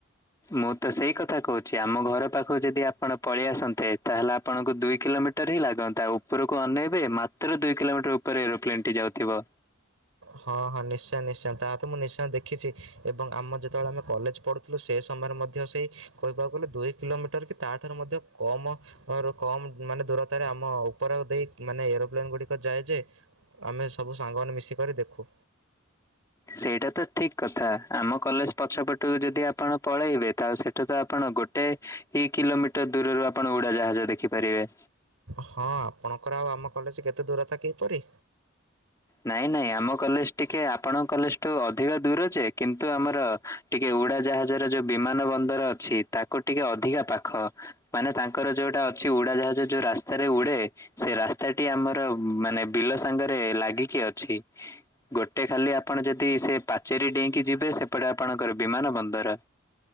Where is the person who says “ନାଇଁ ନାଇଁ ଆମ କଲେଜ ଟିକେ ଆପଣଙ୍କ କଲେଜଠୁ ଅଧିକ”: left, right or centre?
Left